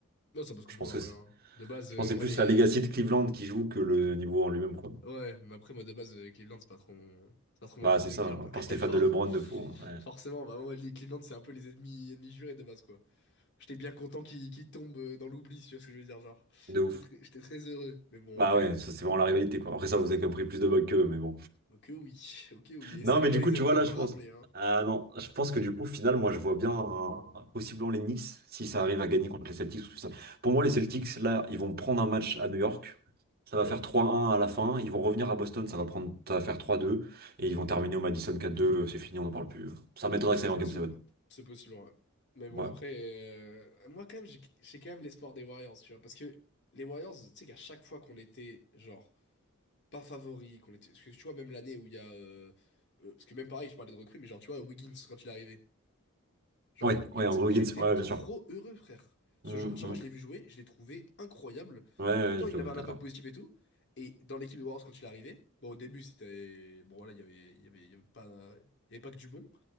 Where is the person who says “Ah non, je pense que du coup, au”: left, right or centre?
Right